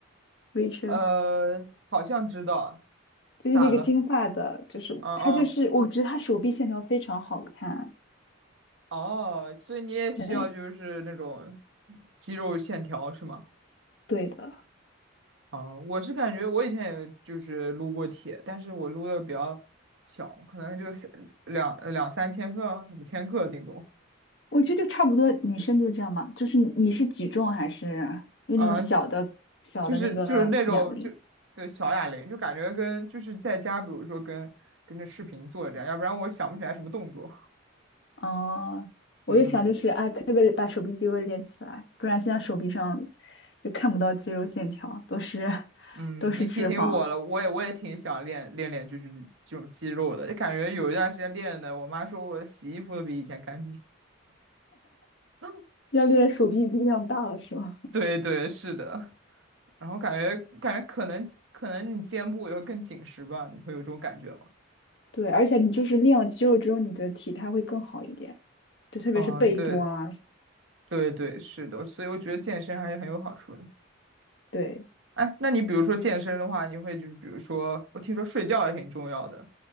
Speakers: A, on the left; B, on the right.
A: ？Rachel
B: 呃，好像知道，
A: 就是那个金发的，
B: 咋了？
A: 就是他就是我觉得他手臂线条非常好看。
B: 嗯嗯哦，所以你也需要就是那种
A: 对，
B: 肌肉线条是吗？
A: 对的，
B: 哦，我是感觉我以前也就是撸过铁，但是我撸的比较小，可能就是两两三千克、五千克顶多。
A: 我觉得就差不多，女生就这样嘛。就是你你是举重还是用那种小的小的那个哑铃？
B: 嗯，就是就是那种就对小哑铃，就感觉跟就是在家，比如说跟跟着视频做这样，要不然我想不起来什么动作。<laughs>
A: 哦，我就想就是啊，
B: 嗯嗯
A: 可不可以把手臂肌肉练起来？不然现在手臂上就看不到肌肉线条，都是
B: 嗯，
A: 都是脂肪。
B: 你提醒我了，我也我也挺想练练练，就是这种肌肉的，就感觉有一段时间练的，我妈说我洗衣服都比以前干净。<laughs>
A: 要练手臂力量大了是吧？
B: 对对，是的。然后感觉感觉可能可能你肩部也会更紧实吧，你会有这种感觉吗？
A: 对，而且你就是练了肌肉之后，你的体态会更好一点。就特别是背部啊，
B: 嗯，对对对，是的，所以我觉得健身还是很有好处的。
A: 对，
B: 哎，那你比如说健身的话，你会就是比如说，我听说睡觉也挺重要的，